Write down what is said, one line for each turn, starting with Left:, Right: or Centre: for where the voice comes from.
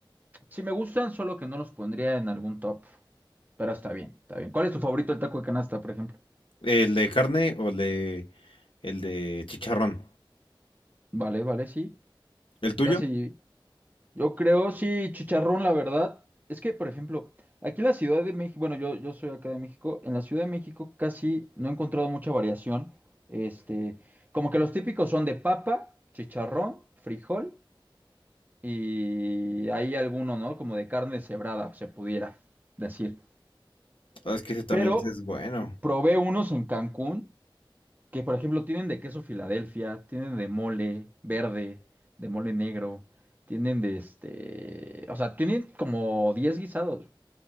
Right: Sí me gustan, solo que no los pondría en algún top, pero está bien, está bien. ¿Cuál es tu favorito el taco de canasta, por ejemplo?
Left: ¿El de carne o el de, el de chicharrón?
Right: Vale, vale, sí,
Left: ¿El tuyo?
Right: casi. Yo creo, sí, chicharrón, la verdad. Es que, por ejemplo, aquí en la Ciudad de México, bueno, yo, yo soy acá de México, en la Ciudad de México casi no he encontrado mucha variación. Este, como que los típicos son de papa, chicharrón, frijol y hay alguno, ¿no? Como de carne cebrada, se pudiera decir.
Left: Ah, es que ese también
Right: Pero
Left: es bueno.
Right: probé unos en Cancún. Que por ejemplo tienen de queso Filadelfia, tienen de mole verde, de mole negro, tienen de este, o sea, tienen como 10 guisados.